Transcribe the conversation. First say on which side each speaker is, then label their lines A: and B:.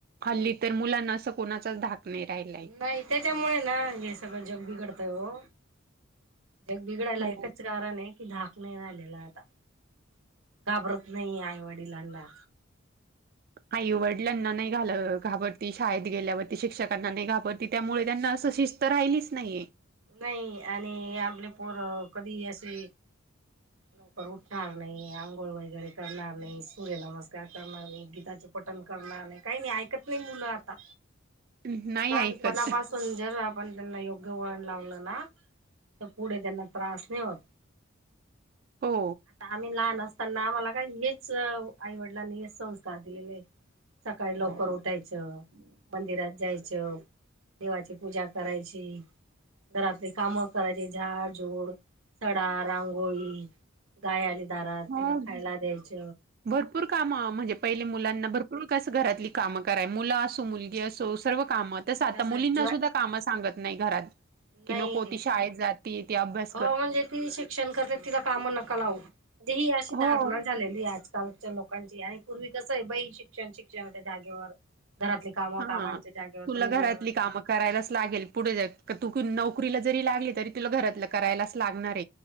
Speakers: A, on the right (about 45°); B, on the right (about 85°).
A: हल्ली तर मुलांना असं कोणाचाच धाक नाही राहिलाय
B: नाही. त्याच्यामुळे ये ना हे सगळं जग बिघडतय ओ जग बिघडायला
A: हो
B: एकच कारण ये की धाक नाही राहिलेला आता, घाबरत नाही आईवडिलांना
A: आईवडिलांना नाही घाल घाबरती. शाळेत गेल्यावरती शिक्षकांना नाही घाबरत की, त्यामुळे त्यांना असं शिस्त राहिलीच नाहीये.
B: नाही आणि आपले पोर कधी असे लवकर उठणार नाही आंघोळ वगैरे करणार नाही सूर्य नमस्कार करणार नाही गीताचे पठन करणार नाही काही नाही ऐकत नाही मुल आता
A: <inaudible> नाही
B: लहान
A: ऐकत
B: पणा पास पण जर आपण त्यांना योग्य वळण लावल ना तर पुढे त्यांना त्रास नाही होत
A: हो
B: आता आम्ही लहान असताना आम्हाला काय हेच आईवडिलांनी हे संस्कार दिलेले आहे लवकर उठायचं मंदिरात जायच देवाची पूजा करायची. घरातले काम करायचे झाड जूड सडा रांगोळी गाय आली दारात
A: हो
B: तिला खायला द्यायच
A: भरपूर काम म्हणजे पहिले मुलांना भरपूर कस घरातली काम कराय मुल असो मुलगी असो सर्व
B: आणि
A: काम तस आता
B: त्याचा
A: मुलींना
B: जॉय
A: सुद्धा काम सांगत नाही घरात कि
B: नाही
A: नको ती शाळेत जात ती ती अभ्यास
B: हो म्हणजे ती शिक्षण करते तिला काम नका लावू. म्हणजे ही अशी
A: हो.
B: धारणा झालेली आज कालच्या लोकांची आणि पूर्वी कस आहे बाई शिक्षण शिक्षण त्या जागेवर घरातले काम
A: हा
B: कामांच्या जागेवर
A: तुला
B: तुम्ही
A: घरातली
B: वेळे
A: कामं करायलाच लागेल पुढे जाऊन तू नोकरीला जरी लागली तरी तुला घरातल करायलाच लागणार